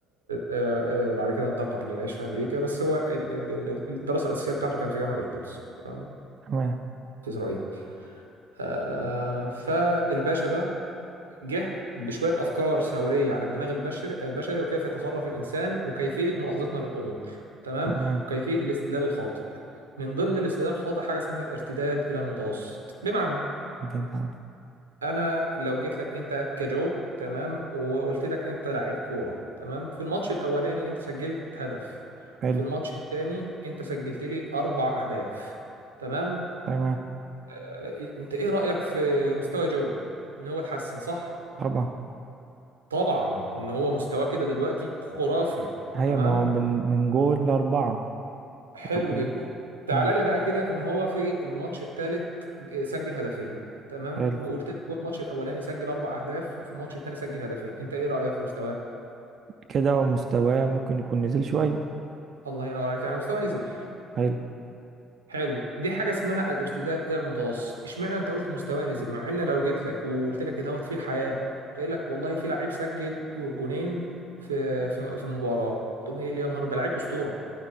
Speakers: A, on the right; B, on the right.
A: آه، آه، وبعد كده انتقل للعيش في امريكا بس هو ال- ال- ال- الدراسه الاساسيه بتاعته كان في جامعه القدس تمام
B: تمام
A: في اسرائيل آه، فالباشا ده جه بشويه افكار ثوريه عن الدماغ البشري البشري وكيف يتصرف الانسان وكيفيه ملاحظتنا للامور تمام
B: تمام
A: وكيفيه الاستدلال الخاطئ من ضمن الاستدلال الخاطئ حاجه اسمها الارتداد الى المتوسط بمعنى
B: تمام
A: انا لو جيت لك انت كجو تمام وقلت لك انت لعيب كوره تمام في الماتش الاولاني انت سجلت هدف
B: حلو
A: في الماتش التاني انت سجلت لي اربع اهداف تمام
B: تمام
A: آه، انت ايه رايك في مستوى جو ان هو اتحسن صح
B: طبعا
A: طبعا وان هو مستواه كده دلوقتي خرافي
B: هي
A: تمام
B: ما هو من من جول لأربعة
A: حلو
B: طبيعي
A: جدا تعال
B: مم.
A: لي بقى كده ان هو في الماتش التالت سجل هدفين تمام
B: حلو
A: وقلت لك هو الماتش الاولاني سجل اربع اهداف وفي الماتش التاني سجل هدفين انت ايه رايك في مستواه
B: كده هو مستواه ممكن يكون نزل شوية
A: الله ينور عليك يعني مستوى نزل
B: حلو
A: حلو دي حاجه اسمها الارتداد الى المتوسط اشمعنى انت قلت مستوى نزل مع ان لو جيت لك وقلت لك دوت في الحياه قلت لك والله في لعيب سجل جو- جونين في في في مباراه هتقوم ايه اللي يا نهار ده لعيب اسطوره